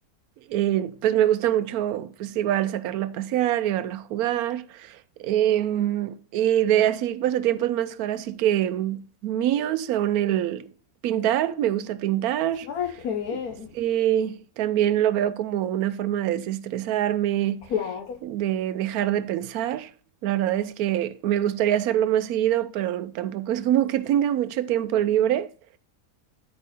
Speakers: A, on the right; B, on the left.
A: Eh, pues me gusta mucho, pues igual sacarla a pasear, llevarla a jugar. em, y de así pasatiempos más ahora sí que míos son el pintar, me gusta pintar.
B: Ay, qué bien.
A: Sí, también lo veo como una forma de desestresarme,
B: Claro.
A: de dejar de pensar. La verdad es que me gustaría hacerlo más seguido, pero tampoco es como que tenga mucho tiempo libre.